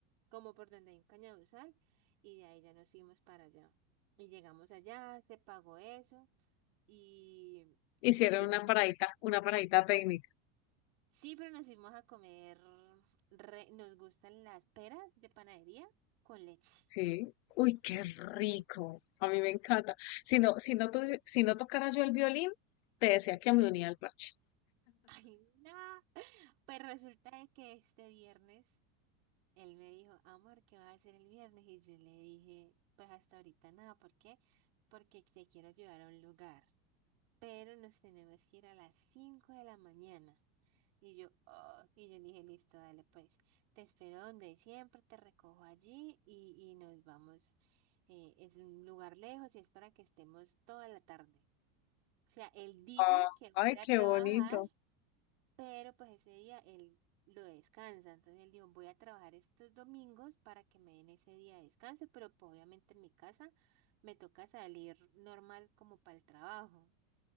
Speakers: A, on the right; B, on the left.
A: como por donde hay un cañaduzal, y de ahí ya nos fuimos para allá. Y llegamos allá, se pagó eso, y
B: Hicieron
A: nos fuimos.
B: una paradita, una paradita técnica,
A: Sí, pero nos fuimos a comer, re- nos gustan las peras de panadería con leche.
B: ¿sí?
A: <laughs>
B: Uy, qué rico. A mí me encanta. Si no, si no, tuvi- si no tocara yo el violín, te decía que me unía al parche.
A: Ay, no. Pues resulta de que este viernes Él me dijo, amor, ¿qué vas a hacer el viernes? Y yo le dije, pues hasta ahorita nada, ¿por qué? Porque te quiero llevar a un lugar, pero nos tenemos que ir a las 5 de la mañana. Y yo, "Oh", y yo le dije, listo, dale, pues, te espero donde siempre, te recojo allí y, y nos vamos. Eh, es un lugar lejos y es para que estemos toda la tarde. O sea, él dice
B: Ah,
A: que va
B: Ay,
A: a ir a
B: qué
A: trabajar
B: bonito.
A: pero pues ese día él lo descansa, entonces él dijo, voy a trabajar estos domingos para que me den ese día de descanso, pero pues obviamente en mi casa me toca salir normal como para el trabajo,